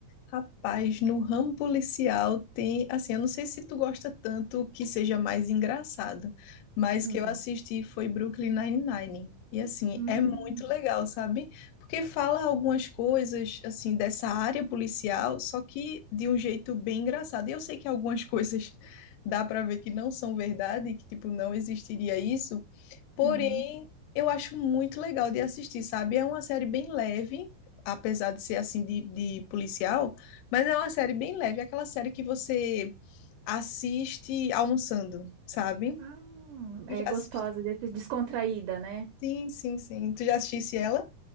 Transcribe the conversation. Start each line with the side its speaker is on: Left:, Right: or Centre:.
Left: Rapaz, no ramo policial tem, assim, eu não sei se tu gosta tanto que seja mais engraçado, mas
Right: Hum.
Left: o que eu assisti foi Brooklyn Nine-Nine. E assim,
Right: Hum.
Left: é muito legal, sabe? Porque fala algumas coisas assim dessa área policial, só que de um jeito bem engraçado. E eu sei que algumas <laughs> coisas dá para ver que não são verdade, que tipo não existiria isso, Porém,
Right: Uhum.
Left: eu acho muito legal de assistir, sabe? É uma série bem leve, apesar de ser assim de, de policial, mas é uma série bem leve, é aquela série que você assiste almoçando, sabe?
Right: Ah,
Left: Tu
Right: é
Left: já
Right: gostosa,
Left: assisti?
Right: desse- descontraída, né?
Left: Sim, sim, sim. Tu já assistisse ela?